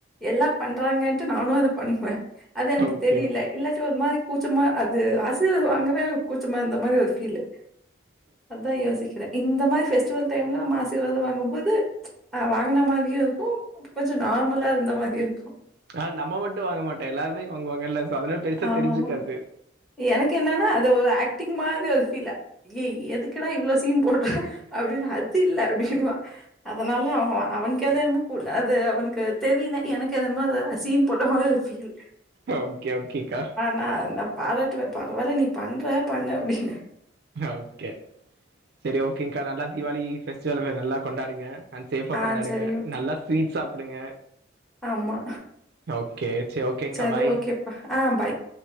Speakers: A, in the centre; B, on the right (about 55°).
A: எல்லா பண்றாங்கன்ட்டு நானும் அத பண்ணுவே அது எனக்கு
B: ஓகே
A: தெரியல
B: ஓகே
A: இல்ல ச்சு ஒரு மாதிரி கூச்சமா அது ஆசீர்வாத‌ வாங்கவே கூச்சமா இருந்த மாறி ஒரு ஃபீல்லு அத்தா யோசிக்கிறே இந்த மாறி வெஸ்டிவல் டைம்ல நம்ம ஆசிர்வாதம் வாங்கும்போது அ வாங்குன மாறியு இருக்கும் கொஞ்சோ நார்மலா இருந்த மாறியு இருக்கும்
B: யாரு நம்ம மட்டும் வாங்க மாட்டோ எல்லாருமே வாங்குவாங்கள்ள சடனா பெருசா
A: ஆமாமா.
B: தெரிஞ்சுக்காது
A: எனக்கு என்னன்னா அது ஒரு ஆக்டிங் மாதிரி ஒரு ஃபீல்லு ஏ எதுக்குடா இவ்ளோ சீன் போட்ட அப்டின்னு அது இல்ல அப்டின்னுவா அதனால அவ அவனுக்கு எது வேண்மோ குடு அது அவனுக்கு தெரியல எனக்கு எதுமோ சீன் போட்ட மாதிரி ஒரு‌ ஃபீல்
B: ஆ ஓகே ஓகேக்கா
A: நா என்ன பாராட்டுவே பரவால்ல நீ பண்ற பண்ண அப்டின்னு
B: ஓக்கே செரி ஓகேங்கா நல்லா தீவாளி பெஸ்டிவல் நல்லா கொண்டாடுங்க அண்ட் சேஃபா
A: ஆ
B: கொண்டாடுங்க
A: சரி, ஓகே.
B: நல்லா ஸ்வீட்ஸ் சாப்டுங்க
A: ஆமா.
B: ஓகே செரி ஓகேங்கா
A: சரி,
B: பாய்
A: ஓகேப்பா. ஆ பாய்.